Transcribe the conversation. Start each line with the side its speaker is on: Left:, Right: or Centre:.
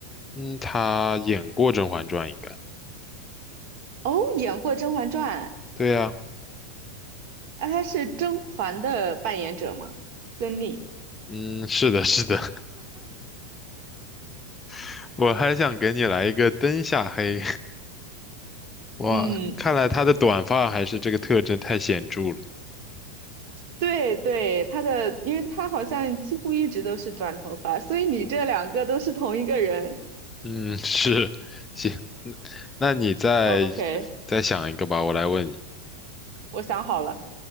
Left: 嗯，他演过《甄嬛传》应该。
Right: 哦，演过《甄嬛传》。
Left: 对呀、
Right: 那他是甄嬛的扮演者吗？孙俪。
Left: 嗯，是的，是的。<laughs> 我还想给你来一个灯下黑。<laughs> 哇，
Right: 嗯，
Left: 看来他的短发还是这个特征太显著了。
Right: 对对，他的，因为他好像几乎一直都是短头发，所以你这两个都是同一个人。
Left: 嗯，是，行。嗯那你再
Right: OK，
Left: 再想一个吧，我来问你。
Right: 我想好了，